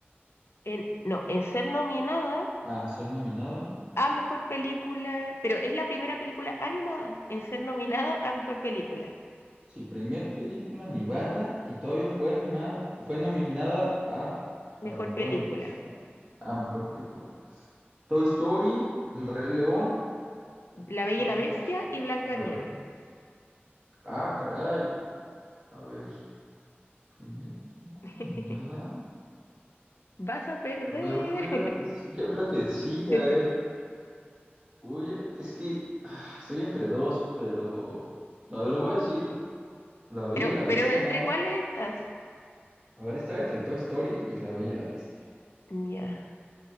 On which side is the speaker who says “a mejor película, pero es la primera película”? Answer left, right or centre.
Left